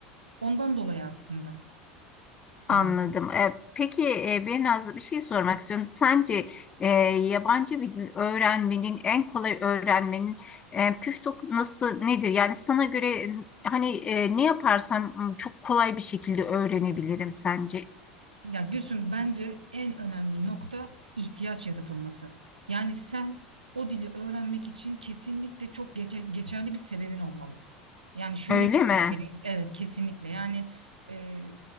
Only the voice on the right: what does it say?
Ondan dolayı aslında. Yani.
Ya Gülsüm bence en önemli nokta ihtiyaç yaratılması. Yani sen o dili öğrenmek için kesinlikle çok geçe- geçerli bir sebebin olmalı. Yani şöyle
bir
benim- evet kesinlikle yani e,